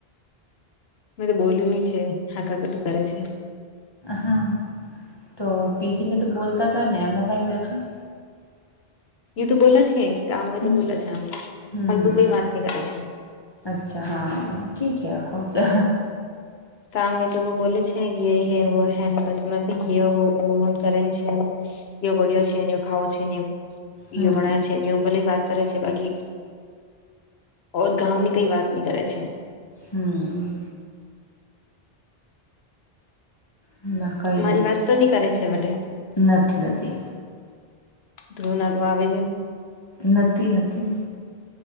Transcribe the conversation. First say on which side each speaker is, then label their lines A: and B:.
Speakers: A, on the left (about 80°); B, on the left (about 30°).
A: મેં તો બોલ્યું નની છે હાકા કટું કરે છે
B: હા તો પીજી મે તો બોલતા હતા નનેમ કઈ છેા
A: યુ તો બોલા છે કામમે
B: હમ્મ,
A: તો બોલા છે આમ
B: હમ્મ,
A: ફલતુ
B: હમ્મ,
A: કઈ વાત ની કરે છે
B: અચ્છા હા ઠીકે હઉ છે
A: કામ હોય તો બોલે છેને કે એ હે હે બસમાં ભી હ હો હોન કરે છેન યો બળ્યો છેને ખાવો છે
B: હમ્મ,
A: યો <unintelligible> છેની ભલે વાત કરે છે બાકી ઓર ગાંની કઈ વાત નહી કરે છે
B: હમ ના કઈ
A: મારી
B: નથી
A: વાત
B: છે
A: તો નઈ કરે છે વટે
B: નથી નથી
A: ધ્રૂ નાગવા આવે છે
B: નથી નથી નથી